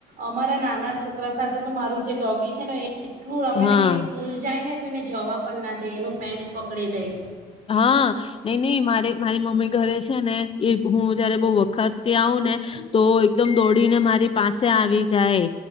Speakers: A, on the right; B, on the left.
A: અમારા નાના છોકરા સાથે તો મારું જે ડોગી છે ને એ એટલું રમે
B: હા
A: ને કે સ્કૂલ જાય ને તો એને જવા પણ ના દે એનું પેન્ટ પકડી લઈ.
B: હા નહી નહી મારે મારી મમ્મી. ઘરે છે ને એ હું જયારે બ. ખ ત્યા આવું ને તો એકદમ દોડીને મારી પાસે આવી જાય